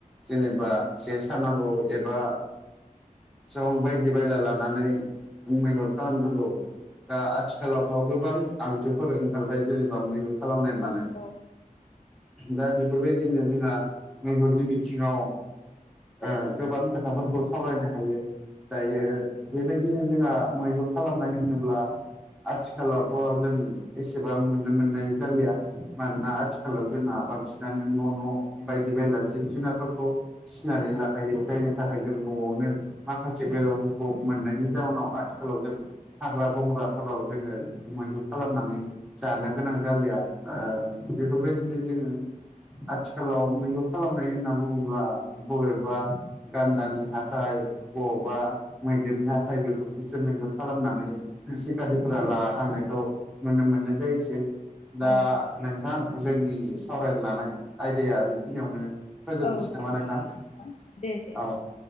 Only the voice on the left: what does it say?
नंगौ
नों औ
औ
दे बिदिब्ला
दे दे